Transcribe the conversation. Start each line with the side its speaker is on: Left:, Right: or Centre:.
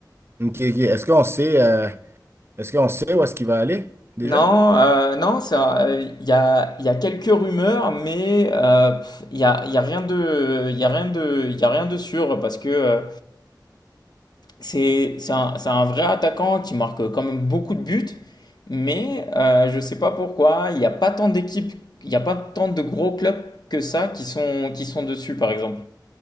Right: Ok, ok. Est-ce qu'on sait euh, est-ce qu'on sait où est-ce qu'il va aller déjà?
Left: Non, euh, non, ça, euh, il y a, il y a quelques rumeurs, mais euh, pff, il y a, il y a rien de, il y a rien de, il y a rien de sûr parce que euh, c'est, c'est un, c'est un vrai attaquant qui marque quand même beaucoup de buts, mais euh, je sais pas pourquoi il n'y a pas tant d'équipes, il n'y a pas tant de gros clubs que ça qui sont, qui sont dessus par exemple.